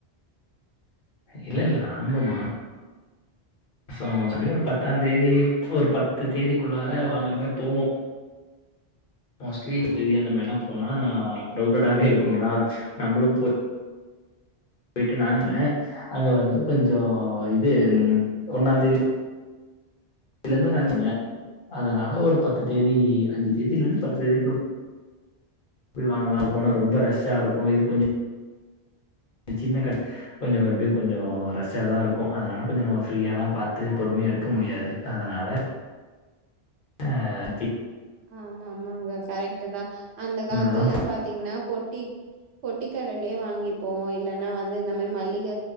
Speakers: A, on the left; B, on the right.
A: இல்ல இல்ல நாங்களு மா மாச மாசம் முடியதோட ஒரு பத்தாந் தேதி ஒரு பத்து தேதி குள்ளார வாங்கற மாரி போவோ மோஸ்ட்லி <unintelligible> அந்த மாரில்லா போனா கிரவுடட்டாவே இருக்குங்களா நம்மளும் போய் யிட்டு நாங்குன அங்க வந்து கொஞ்சோ இது ஒன்னாந் தேதி ல இருந்து ஒரு அஞ்சுங்க அதனால ஒரு பத்து தேதி அஞ்சு தேதியில இருந்து பத்து தேதிக்குள்ள போய் வாங்கலா இப்போ போனா ரொம்ப ரஸ் ஜா இருக்கு இது கொஞ்சொ சின்ன கட கொஞ்சொ எப்படியு கொஞ்சொ ரஷ்ஷாதா இருக்கு அதனால கொஞ்சொ நம்ம ஃப்ரீயால்லா பாத்து பொறுமையா எடுக்க முடியாது அதனால ஆஹ்
B: ஆமா ஆமாங்க கரெக்ட்தா அந்த காலத்துலல்லா
A: மேலதா
B: பாத்தீங்கன்னா பொட்டி பொட்டி கடயிலயே வாங்கிப்போ இல்லன்னா வந்து இந்த மார் மல்லிக